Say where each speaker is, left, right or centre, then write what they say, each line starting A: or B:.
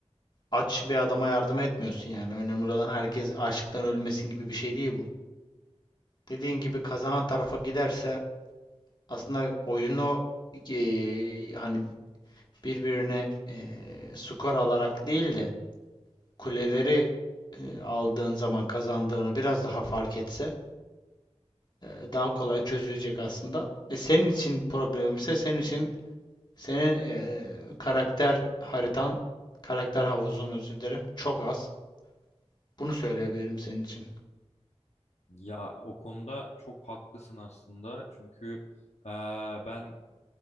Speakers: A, on the left (about 40°); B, on the left (about 75°).
A: Aç bir adama yardım etmiyorsun yani. Önemli olan herkes açlıktan ölmesin gibi bir şey değil bu. Dediğin gibi kazanan tarafa giderse aslında oyunu e, hani birbirine e, skor alarak değil de kuleleri e, aldığın zaman kazandığını biraz daha fark etse e, daha kolay çözülecek aslında. E, senin için problemimse senin için senin e, karakter haritan, karakter havuzun özür dilerim çok az. Bunu söyleyebilirim senin için.
B: Ya o konuda çok haklısın aslında çünkü eee, ben